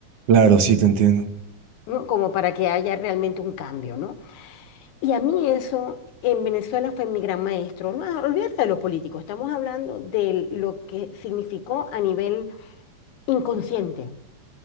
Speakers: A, on the right; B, on the left.
A: Claro, sí, te entiendo.
B: ¿no? Como para que haya realmente un cambio, ¿no? Y a mí eso en Venezuela fue mi gran maestro. No, ah, olvídate de lo político, estamos hablando de lo que significó a nivel inconsciente.